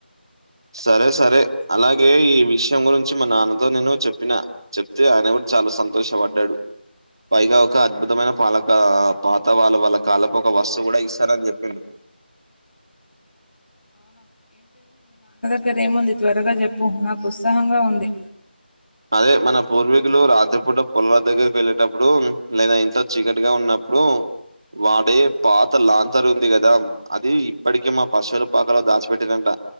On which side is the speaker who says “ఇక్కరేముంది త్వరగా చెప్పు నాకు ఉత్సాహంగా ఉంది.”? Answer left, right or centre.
Left